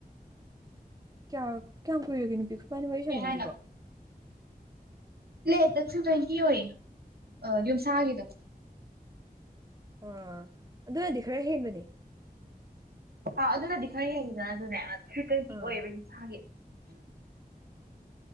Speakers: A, on the right (about 25°); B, on the right (about 80°).
A: ꯀꯌꯥ ꯀꯌꯥꯝꯃ ꯀꯏꯔꯒꯦ ꯅꯨꯄꯤ ꯈꯣꯏꯕꯥꯅꯤ ꯋꯥꯔꯤ ꯁꯥꯟꯅꯩꯁꯤꯕꯣ
B: ꯀꯍꯦꯅ ꯂ ꯇꯛꯁꯨ ꯇ꯭ꯋꯦꯟꯇꯤ ꯑꯣꯏꯌꯦ ꯌꯨꯝꯁꯥꯒꯤꯗꯣ
A: ꯑꯣ ꯑꯗꯨꯅꯗꯤ ꯈꯔ ꯍꯦꯟꯕꯅꯤ
B: ꯑꯥ ꯑꯗꯨꯅꯗꯤ ꯈꯔ ꯍꯦꯈꯤꯗꯅ ꯑꯗꯨꯅꯦ ꯌꯥꯝ ꯊ꯭ꯔꯤ ꯇ꯭ꯋꯦꯟꯇꯤ
A: ꯑꯥ
B: ꯑꯣꯏꯌꯦꯕ ꯌꯁꯥꯒꯤ